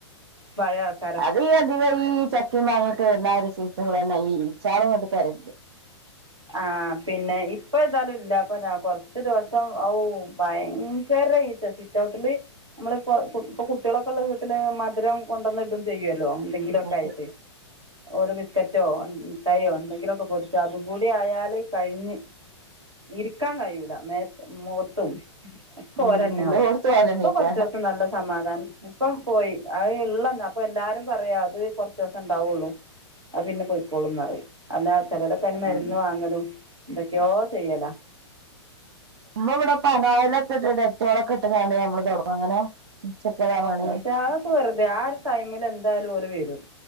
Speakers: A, on the right; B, on the right.
A: പഴേയ <unintelligible>
B: അത് ഈ അധികം ഈ ചക്കിം മാങ്ങിട്ട് വരുന്ന ഒരു സീസണിലെന്നെ ഈ ഇച്ചാളും ഇങ്ങട്ട് പെരുകും.
A: ആ പിന്നെ ഇപ്പ ഏതാലും ഇല്ല. അപ്പൊ കൊറ്ച്ച് ദിവസം ഔ ഭയങ്കര ഈച്ച റ്റൗട്ടില് നമ്മള് ഇപ്പ <unintelligible> കുട്ട്യേളൊക്കെള്ള വീട്ട്ല് മധുരം കൊണ്ടന്നിടും ചെയ്യല്ലോ എന്തെങ്കിലൊക്കെ
B: എന്നിട്ട്
A: ആയിട്ട് ഓരോ ബിക്കറ്റോ മിഠായോ എന്തെങ്കിലൊക്കെ പൊടിച്ചാലും. കൂടി ആയാല് കഴിഞ്ഞ്. ഇരിക്കാൻ കയൂല <unintelligible> മോത്തും ഒക്കെ
B: ഉം
A: ഓരെന്നാവും.
B: എല്ലോട്ത്തും ഓലെന്നെയ്ക്കാരം
A: ഇപ്പൊ കൊറ്ച്ചൂസം നല്ല സമാധാനം. ഇപ്പം പോയി അത് ഇള്ളെന്ന അപ്പ എല്ലാരും പറയാ. അത് കൊറ്ച്ചൂസം ഇണ്ടാവൊള്ളു. അത് പിന്നെ പൊയിക്കോളുംന്ന് പറയും. അല്ലാ ചെല <unintelligible> ക്കന് മരുന്ന്
B: ഉം
A: വാങ്ങലും എന്തൊക്ക്യാെ ചെയ്യല.
B: നമ്മൾ ഇവിടെ പനായിലൊക്കെ ഇട്ട് ഡെറ്റോള ഒക്കെ ഇട്ട്ങ്ങാണ് നമ്മള് തൊടക്കും അങ്ങനെ ചെക്കതവാണ്
A: ശാളൊക്ക വെറുതെ ആ ഒര് ടൈമിൽ എന്ത എന്തായലും ഓല് വെരും.